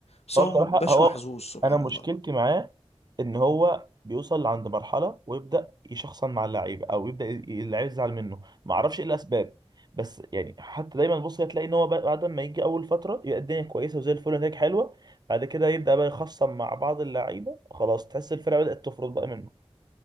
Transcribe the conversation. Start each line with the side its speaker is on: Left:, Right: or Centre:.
Left: بس
Right: هو
Left: هو
Right: بصراحه
Left: مبيبقاش
Right: هو
Left: محظوظ سبحان
Right: انا مشكلتي
Left: الله
Right: معاه ان هو بيوصل عند مرحله ويبدا يشخصن مع اللعيبه او يبدا ي- ي- اللعيبه يزعل منه ما اعرفش ايه الاسباب بس يعني حتى دايما بص هتلاقي ان هو بقى- بعد ما يجي اول فتره يبقى الدنيا كويسه وزي الفل ونتائج حلوه بعد كده يبدا بقى يخصم مع بعض اللعيبه خلاص تحس الفرقه بدات تفرط بقى منه